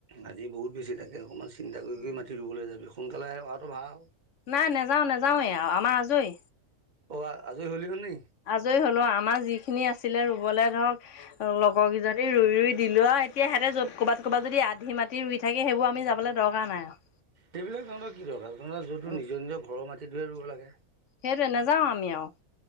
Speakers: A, on the right (about 35°); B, on the left (about 60°).
A: আজি বহুত বেছি তাকে, অকণমান চিন্তা কৰি
B: উম।
A: মাটি ৰুবলৈ যাবি সোনকালে অহাটো ভাল।
B: নাই নাযাওঁ নাযাওঁৱেই আউ, আমাৰ আজৰি।
A: অ আজৰি হ'লি হনি।
B: আজৰি হলো আমাৰ যিখিনি আছিলে ৰুবলে ধৰক, অ লগৰ কেইজনী ৰুই-ৰুই দিলো আৰু এতিয়া সিহঁতে ক'ৰবাত-ক'ৰবাত যদি আধি মাতি ৰুই <unintelligible> থাকে সেইবোৰ আমি যাবলৈ দৰকাৰ নাই আৰু। <inaudible>
A: সেইবিলাক তহঁতৰ কি দৰকাৰ <inaudible> য'তটো
B: আৰু
A: নিজৰ-নিজৰ ঘৰৰ মাটিটোহে ৰুব লাগে।
B: সেইটোৱে নাযাওঁ আমি আৰু। <inaudible>